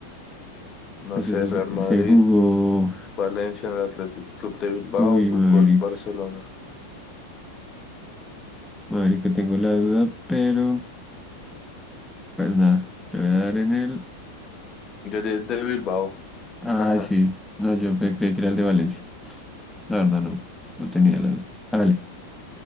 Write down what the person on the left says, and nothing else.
No
sé,
Real Madrid,
Valencia en el Athletic Club de Bilbao,
Fútbol
Barcelona.
Yo di el de Bilbao.
<laughs>